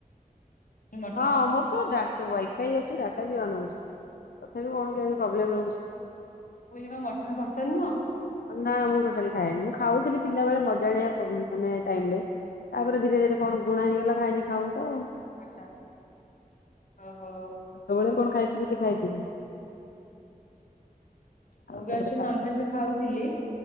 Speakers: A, on the left; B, on the left.
A: ନୁହଁ ମଟନ
B: ହଁ ମୋର ତ ଡାଟ ୱାଇଫାଇ ଅଛି ଡାଟା ବି ଅନ୍ ଅଛି ତଥାପି କଣ କେମତି ପ୍ରୋବ୍ଲେମ ରହୁଛି?
A: ବୁଇଲି କଣ ମଟନ ପସନ୍ଦ ନୁହଁ?
B: ନା ମୁଁ ଟୋଟାଲି ଖାଏନି ମୁଁ ଖାଉଥିଲି ପିଲାବେଳେ ନ ଜାଣିବା ପ ପ ମାନେ ଟାଇମ୍ରେ ତାପରେ ଧୀରେ ଧୀରେ କଣ ଘୃଣା ହେଇଗଲା ଖାଇନି ଖାଉନ ତ ଆଉ।
A: ଆଛା, ଓ ହୋ।
B: ସବବେଳେ କଣ ଖାଇଥିବି କି ଖାଇଥିବି। ଆଉ
A: ମୁଁ ବି
B: ତାପରେ
A: ଆକ୍ଚୂଆଲି
B: ଖାଇନି
A: ନନଭେଜ ଖାଉଥିଲି